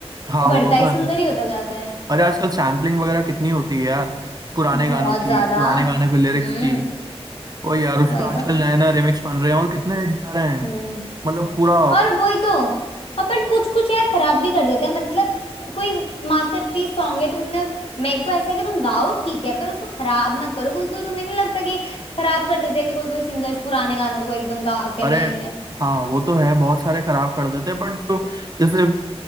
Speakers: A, on the right; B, on the left.
A: हाँ
B: वो बढ़ता
A: वो
B: ही
A: तो है
B: सुंदर ही होता जाता है
A: अरे आजकल सैम्पलिंग वगैरह कितनी होती है यार पुराने
B: बहुत
A: गानों
B: ज्यादा
A: की पुराने गाने के लिरिक्स
B: हम्म
A: की वही यार उस
B: वही
A: पे आजकल
B: तो
A: नए नए रिमिक्स बन रहे हैं और कितने हिट जा रहे हैं
B: हम्म
A: मतलब पूरा
B: और वही तो अपन कुछ कुछ यार खराब भी कर देते हैं मतलब कोई मास्टरपीस सॉन्ग है तुमने मेरे को ऐसा है कि तुम गाओ ठीक है पर उसको खराब मत करो कोई कोई तुम्हें नहीं लगता कि खराब कर देते हैं कोई कोई सिंगर्स पुराने गानों को एकदम गा के
A: अरे
B: नए में
A: हाँ वो तो है बहुत सारे खराब कर देते हैं बट जो जैसे